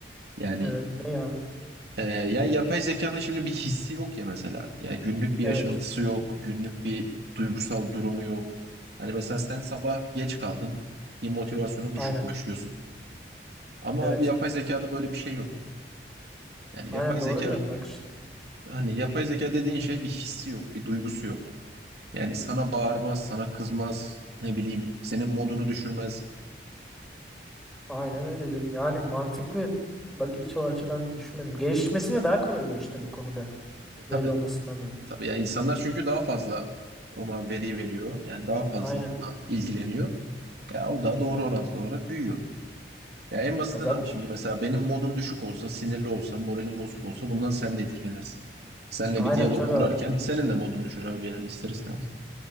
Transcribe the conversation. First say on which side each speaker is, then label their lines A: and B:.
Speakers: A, on the right (about 70°); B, in the centre.
A: Yani
B: evet ne abi?
A: e, ya yapay zekanın şimdi bir hissi yok ya mesela. Ya günlük bir
B: Evet.
A: yaşantısı yok, günlük bir duygusal durumu yok. Hani mesela sen sabah geç kaldın, bir motivasyonu düşük
B: Aynen.
A: başlıyorsun. Ama
B: Evet.
A: abi yapay zekada böyle bir şey yok. Yani
B: Aynen
A: yapay
B: doğru
A: zeka
B: diyorum bak işte.
A: hani yapay zeka dediğin şey bir hissi yok, bir duygusu yok. Yani sana bağırmaz, sana kızmaz, ne bileyim, senin modunu düşürmez.
B: Aynen öyle diyorum. Yani mantıklı. Bak hiç o açıdan düşünmedim. Gelişmesi de daha kolay oluyor işte bu konuda.
A: E, tabii,
B: Böyle olmasından dolayı.
A: tabii. Yani insanlar çünkü daha fazla ona veri veriyor. Yani daha fazla
B: Aynen.
A: onunla ilgileniyor. Ya o da doğru orantılı olarak büyüyor. Ya en basitinden
B: Ya zaten
A: abi şimdi mesela benim modum düşük olsa, sinirli olsam, moralim bozuk olsa bundan sen de etkilenirsin. Seninle
B: aynen
A: bir diyalog
B: tabii
A: kurarken
B: abi.
A: senin de modun düşer abi yani ister istemez.